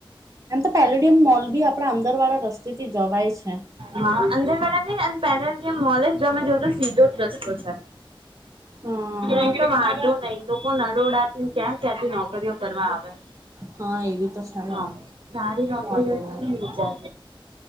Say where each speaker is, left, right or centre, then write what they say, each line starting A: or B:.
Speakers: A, on the right; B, on the right.
A: એમ, તો પેલોડિયમ મોલ બી આપડા અંદર વાળા રસ્તે, થી જવાય છે.
B: હા, અંદર વાળા નઈ અને પેલેડિયમ મોલે જો મેમે જોયતું સીધો જ રસ્તો છે.
A: હમ
B: એ તો વાંધો નઈ લોકો, નરોડાતી ને ક્યાં ક્યાંથી નોકરીઓ કરવા આવે
A: હા એ બી તો છે ને
B: હા, સારી નોકરી
A: વાંધો
B: માટે
A: નહી
B: વિચાર